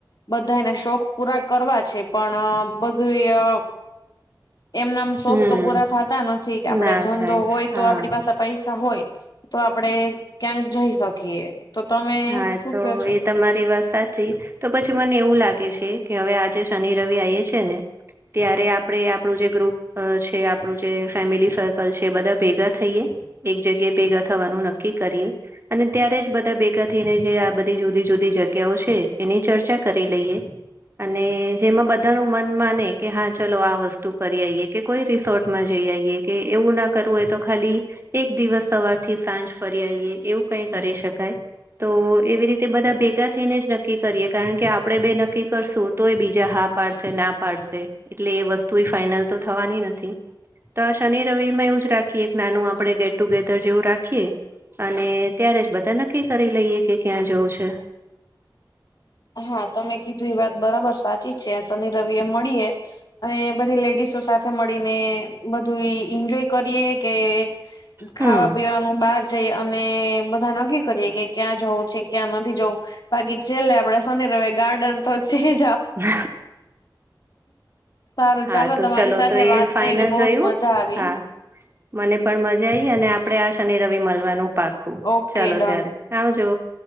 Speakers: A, on the left; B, on the right.
A: બધાને શોખ પૂરા કરવા છે પણ બધુય એમનામ શોખ
B: હમ
A: તો પૂરા થાતા નથી કે આપડે
B: ના
A: ધંધો
B: થાય
A: હોય
B: હા
A: તો આપડી પાસે સ પૈસા હોય તો આપડે ક્યાંક જઈ શકીએ. તો તમે
B: હા
A: શું
B: તો
A: કયો છો
B: એ તમારી વાત સાચી તો પછી મને એવું લાગે છે કે હવે આજે શનિ રવિ આયવો છે ને ત્યારે આપડે આપણું જે ગ્રુપ છે. આપણું જે ફેમિલી સર્કલ છે બધા ભેગા થઈએ એક જગ્યાએ ભેગા થવાનું નક્કી કરીએ. અને ત્યારે જ બધા ભેગા થી ને જે આ બધી જુદી જુદી જગ્યાઓ છે એની ચર્ચા કરી લઈએ. અને જેમાં બધા ન મન માને કે હા ચલો આ વસ્તુ કરી આવીઈએ કે કોઈ રિસોર્ટમાં જઈ આવીઈએ કે એવું ના કરવું હોય તો ખાલી એક દિવસ સવાર થી સાંજ ફરી આવીઈએ એવું કઈ કરી શકાય. તો એવી રીતે બધા ભેગા થઈને જ નક્કી કરીએ કારણ કે આપણેે બે નક્કી કરશું તોય બીજા હા પાડશે ના પાડશે એટલે એ વસ્તુ ફાઈનલ તો થવાની નથી તો શનિ રવિમાં એવ જ રાખએ એક નાનું આપણે ગેટ ટુગેધર જેવું રાખીએ અને ત્યારે જ બધા નક્કી કરી લઈએ કે ક્યાં જવું છે
A: હા તમે કીધું એ વાત બરાબર સાચી છે શનિ રવિ એમ મળીએ અને બધી લેડીસો સાથે મળીને બધું એન્જોય કરીએ કે
B: હમ
A: ખાવા પીવાનું બાદ જઈ અને બધા નકી કરીએ કે ક્યાં જવું છે ક્યાં નથી જવું બાકી છેટલે આપડે ર ગાર્ડન તો ચેજ
B: હ
A: સારું
B: હા
A: ચાલો
B: તો
A: તમારી
B: ચલો
A: સાથે
B: તો એ
A: વાત
B: ફાઈનલ
A: કરીને બહુ
B: રહ્યું
A: જ મજા આવી
B: હા મને પણ મજા આઈ અને આપડે આ શનિ રવિ મળવાનું પાકું
A: ઓકે
B: ચાલો
A: ડન
B: ત્યારે હજો